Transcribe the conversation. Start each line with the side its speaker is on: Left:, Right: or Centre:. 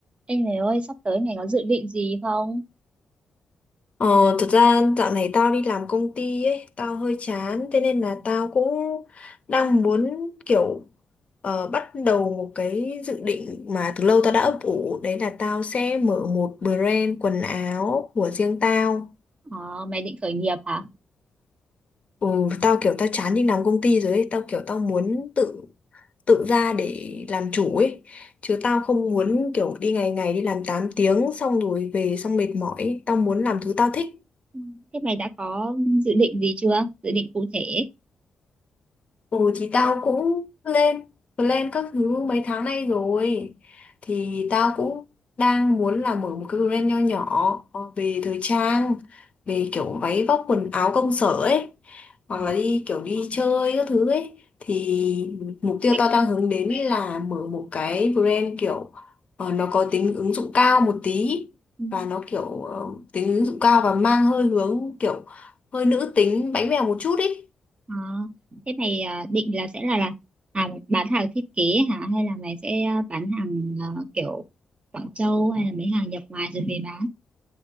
Right: Ê mày ơi, sắp tới mày có dự định gì không?
Left: Ờ, thật ra dạo này tao đi làm công ty ấy, tao hơi chán, thế nên là tao cũng đang muốn kiểu ờ, bắt đầu một cái dự định mà từ lâu tao đã ấp ủ, đấy là tao sẽ mở một brand quần áo của riêng tao.
Right: Ờ, mày định khởi nghiệp hả?
Left: Ừ, tao kiểu tao chán đi làm công ty rồi ấy, tao kiểu tao muốn tự tự ra để làm chủ ấy, chứ tao không muốn kiểu đi ngày ngày đi làm 8 tiếng xong rồi về xong mệt mỏi, ấy. tao muốn làm thứ tao thích.
Right: Ừ. Thế mày đã có dự định gì chưa? Dự định cụ thể.
Left: Ừ thì tao cũng lên plan các thứ mấy tháng nay rồi thì tao cũng đang muốn là mở một cái brand nho nhỏ ờ, về thời trang về kiểu váy vóc quần áo công sở ấy hoặc
Right: Ờ,
Left: là đi kiểu đi chơi các thứ ấy thì mục tiêu
Right: mày...
Left: tao đang hướng đến ấy là mở một cái brand kiểu ờ, nó có tính ứng dụng cao một tí
Right: ừ,
Left: và nó kiểu ờ, tính ứng dụng cao và mang hơi hướng kiểu hơi nữ tính bánh bèo một chút ý
Right: ờ, thế mày à, định là sẽ là, là à, bán hàng thiết kế hả? Hay là mày sẽ à, bán hàng à, kiểu Quảng Châu hay là mấy hàng nhập ngoài rồi về bán?